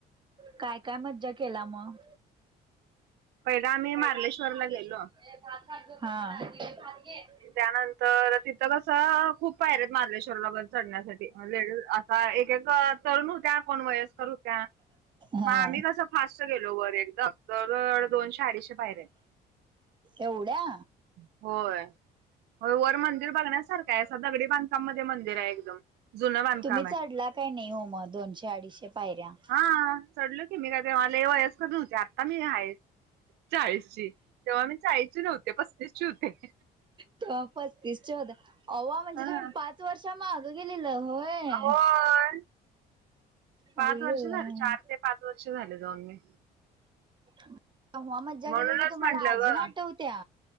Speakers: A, on the right (about 25°); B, on the right (about 80°).
A: काय काय, मज्जा केला मग?
B: पहिला आम्ही
A: पहिला
B: मार्लेश्वरला गेलो
A: आम्ही <unintelligible>
B: त्यानंतर तिथं कसं खूप पायऱ्या आहेत, मार्लेश्वरला वर चढण्यासाठी लेडीज हा एक एक तरुण होत्या, कोण वयस्कर होत्या.
A: हा.
B: मग आम्ही कसं फास्ट गेलो वर एकदाम जवळ जवळ दोनशे, अडीचशे पायय्रा आहेत.
A: एवढ्या!
B: होय, हो वर मंदिर बघण्यासारखं आहे, दगडी बांधकाम मध्ये मंदिर आहे एकदम. जुनं बांधकाम
A: तुम्ही
B: आहे
A: चढला काय नाही हो, मग दोनशे अडीचशे पायऱ्या?
B: हा चढलो, की मी काय तेव्हा लय वयस्कर नव्हते, आत्ता मी आहे. चाळीस ची तेव्हा मी चाळीसची नव्हते, पस्तीस ची होते.
A: तेव्हा पस्तीस च्या होता, अवा म्हणजे
B: हा
A: तुम्ही पाच वर्ष माग गेलेला होय.
B: होय पाच
A: आई
B: वर्ष
A: गं
B: झाले, चार ते पाच वर्ष झाले जाऊन मी.
A: तेव्हा मज्जा
B: म्हणूनच
A: केलेली, तुम्हाला
B: म्हंटलं
A: अजून
B: ग
A: आठवत्या.